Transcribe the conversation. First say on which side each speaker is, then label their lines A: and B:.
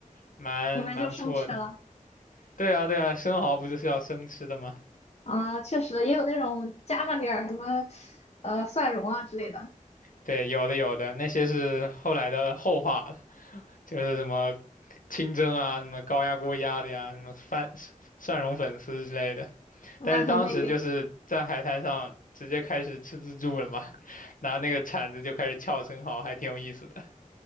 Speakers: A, on the left; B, on the left.
A: 蛮蛮不错的。
B: 你们就生吃了
A: 对啊，对啊，生蚝不就是要生吃的吗？
B: 啊，确实也有那种加上点儿什么，呃，蒜蓉啊之类的，
A: 对，有的有的，那些是后来的后话了，就是什么清蒸啊，什么高压锅压的呀，什么番蒜蓉粉丝之类的。
B: 那很美味。
A: 但是当时就是在海滩上直接开始吃自助了嘛，拿那个铲子就开始撬生蚝，还挺有意思的。